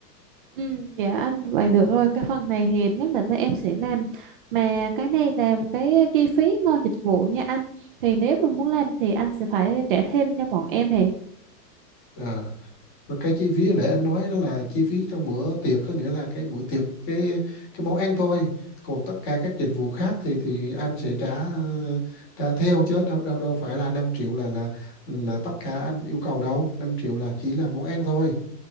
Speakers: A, on the right (about 30°); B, on the left (about 25°).
A: Ừ, dạ anh vậy được rồi cái phần này thì nhất định bên em sẽ làm mà cái này là một cái chi phí ngoài dịch vụ nha anh thì nếu mà muốn làm thì anh sẽ phải trả thêm cho bọn em thì
B: Ờ. Và cái chi phí hồi nãy anh nói đó là chi phí trong bữa tiệc có nghĩa là cái bữa tiệc cái cái món ăn thôi còn tất cả các dịch vụ khác thì thì anh sẽ trả ờ, trả theo chứ đâu đâu đâu phải là 5 triệu là là là tất cả anh yêu cầu đâu năm triệu là chỉ là món ăn thôi